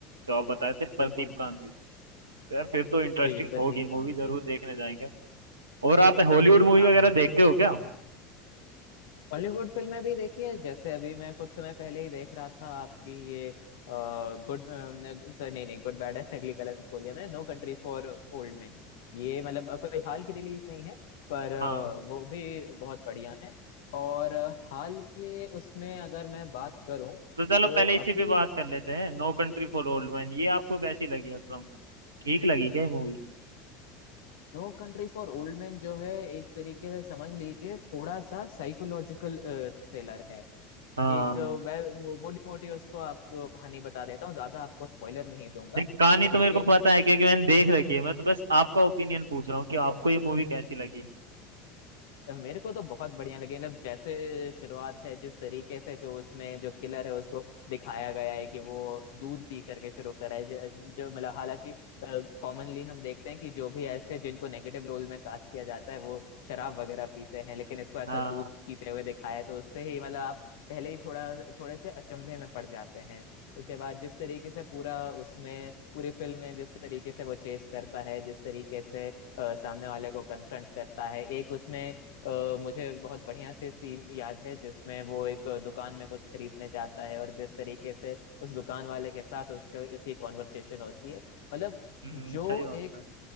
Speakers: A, on the right; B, on the left.
A: जो आप बताए थे प्रदीप
B: बिल्कुल
A: कांति तो यार फिर तो इंटरेस्टिंग
B: जी जी प्रतीक
A: होगी
B: कांत
A: मूवी जरूर देखने जाएंगे और आप हॉलीवुड मूवी
B: हाँ
A: वगैरह
B: हाँ
A: देखते हो क्या
B: हॉलीवुड फिल्में भी देखी है जैसे अभी मैं कुछ समय पहले ही देख रहा था आपकी ये गुड सर नहीं नहीं गुड बैड है <laughs> अगली गलत बोल दिया मैंने no country for old man ये मतलब अ, कोई हाल की रिलीज नहीं है पर अ,
A: हाँ
B: वो भी बहुत बढ़िया है और अ, हाल के उसमें अगर मैं बात करूं
A: तो चलो
B: तो
A: पहले इसी
B: अभी
A: पे बात कर लेते हैं no country for old man ये आपको कैसी लगी मतलब ठीक लगी क्या मूवी
B: no country for old man जो है एक तरीके से समझ लीजिए थोड़ा सा साइकोलॉजिकल थ्रिलर है
A: हाँ
B: एक मैं मोटी मोटी उसको आपको कहानी बता देता हूँ ज्यादा आपको स्पॉइलर नहीं दूंगा
A: देख कहानी तो
B: लेकिन
A: मेरे को पता है क्योंकि मैंने देख रखी है मैं तो बस आपका ओपिनियन पूछ रहा हूँ कि आपको ये मूवी कैसी लगी
B: तो मेरे को तो बहुत बढ़िया लगी मतलब जैसे शुरुआत है जिस तरीके से जो उसमें जो किलर है उसको दिखाया गया है कि वो दूध पी करके शुरू करा है ज- जो मतलब हालांकि कॉमनली हम देखते हैं कि जो भी ऐसे जिनको नेगेटिव रोल में कास्ट किया जाता है वो शराब वगैरह पीते हैं लेकिन इसको ऐसा
A: हाँ
B: दूध पीते हुए दिखाया है तो उससे ही मतलब आप पहले ही थोड़ा थोड़े से अचंभे में पड़ जाते हैं उसके बाद जिस तरीके से पूरा उसमें पूरी फिल्म में जिस तरीके से वो चेस करता है जिस तरीके से अ, सामने वाले को कन्फ्रंट करता है एक उसमें अ, मुझे बहुत बढ़िया से सीन याद है जिसमें वो एक दुकान में कुछ खरीदने जाता है और जिस तरीके से उस दुकान वाले के साथ उसका उसकी कॉन्वर्सेशन होती है मतलब
A: हम्म,
B: जो
A: सही बात
B: एक
A: है